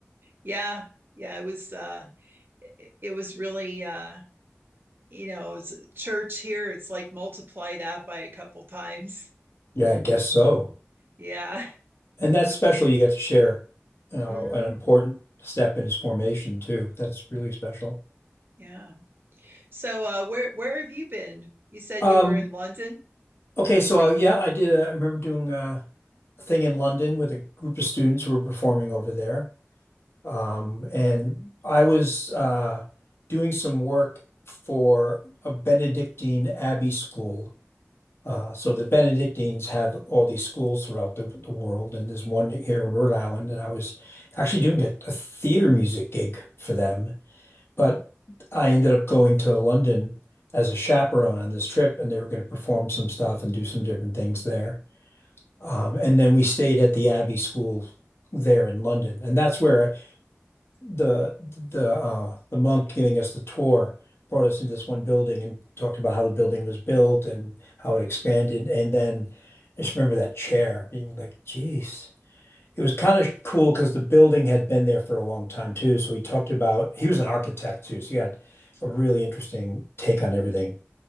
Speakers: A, on the right (about 45°); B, on the left (about 55°).
A: Yeah. Yeah. It was uh it, it was really uh you know, it's church here, it's like multiply that by a couple times. <laughs>
B: Yeah, I guess so.
A: Yeah.
B: And that's special you get to share, you
A: Mm-hmm.
B: an important step in his formation too. That's really special.
A: Yeah. So uh where where have you been? You said
B: Um,
A: you were in London.
B: okay, so uh, yeah, I did. Uh, I remember doing uh, a thing in London with a group of students who were performing over there, um, and I was uh, doing some work for a Benedictine abbey school. Uh, so the Benedictines have all these schools throughout the, the world, and there's one here in Rhode Island, and I was actually doing a, a theater music gig for them But I ended up going to London as a chaperone on this trip, and they were going to perform some stuff and do some different things there. Um, and then we stayed at the Abbey School there in London, and that's where the the uh, the monk giving us the tour brought us into this one building and talked about how the building was built and how it expanded. And then I just remember that chair being like, "Geez, it was kind of cool because the building had been there for a long time too. So he talked about he was an architect too, so he had a really interesting take on everything,